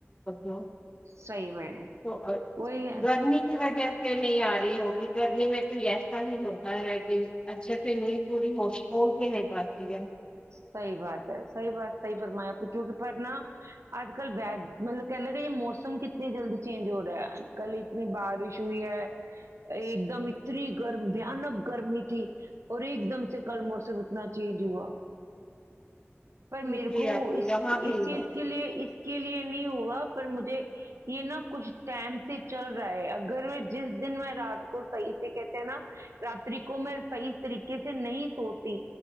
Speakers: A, on the left; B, on the right.
A: ہو
B: صحیح میں
A: تو
B: وہی ہے،
A: گرمی کی وجہ پھر نہیں آ رہی ہو بھی کرنے میں تو ایسا ہی ہوتا ہے کہ اچھا تین ہی پوری ہو بوک بھی نہیں پاتی ہے
B: صحی بات ہے صحی بات صحی فرمایا پ کیونکہ پر نا آج کل و مطلب کہ ل گا یہ موسم کتنی جلدی چینج ہو رہا ہے کل اتنی بارش ہوئی ہے ایک دم اتنی گرم بانک گرمی تھی اور ایک دم سے کل موسم نہ چینج ہوا پر میرے
A: جی
B: کو
A: آتی
B: اس
A: یہاں بھی
B: اس چیز
A: ہوتا
B: کے لیے اس کے لیے نہیں ہوا پر مجھے یہ نا کچھ ٹائم سے چل رہا ہے اگر میں جس دن میں رات کو صحیح سے کہتے ہیں نا راتری کو میں صحیح طریقے سے نہیں سوتی